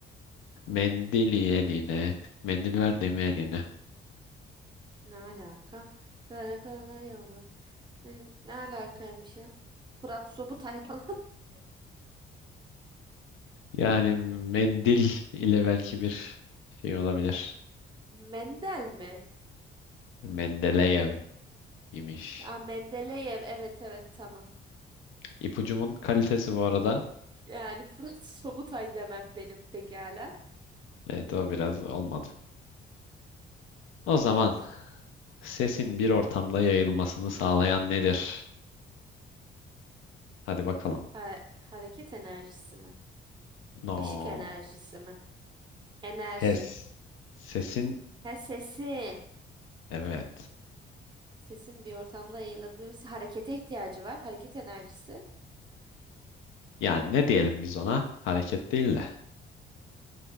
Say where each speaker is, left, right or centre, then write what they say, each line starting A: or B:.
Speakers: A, on the left; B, on the right.
A: Mendili eline, mendil ver deme eline. <laughs>
B: Ne alaka? Karakala yolu. Ne, ne alakaymış ya? Fırat Sobutay falan. <laughs>
A: Yani mendil ile belki bir şey olabilir.
B: Mendel mi?
A: Mendeleyev. imiş.
B: Aa, Mendeleyev. Evet evet tamam.
A: İpucumun kalitesi bu arada.
B: Yani Fırat <laughs> Sobutay demem benim pekala.
A: Evet o biraz olmadı. O zaman
B: Peki.
A: sesin bir ortamda yayılmasını sağlayan nedir? Hadi bakalım.
B: Ha- hareket enerjisi mi?
A: No.
B: Işık enerjisi mi? Enerji.
A: Ses. Sesin
B: Ha, sesin.
A: evet.
B: Sesin bir ortamda yayılabilir. Harekete ihtiyacı var. Hareket enerjisi.
A: Yani ne diyelim biz ona? Hareket değil de.